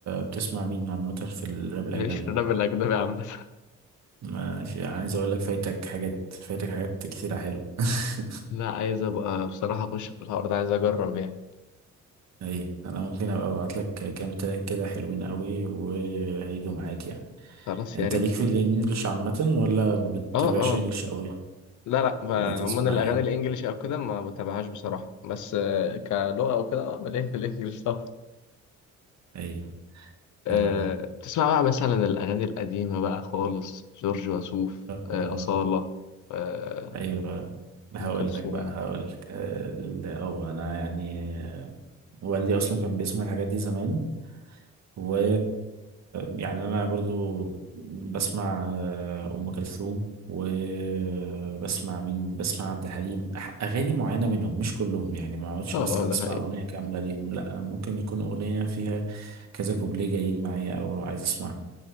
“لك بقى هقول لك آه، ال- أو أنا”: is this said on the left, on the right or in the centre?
Right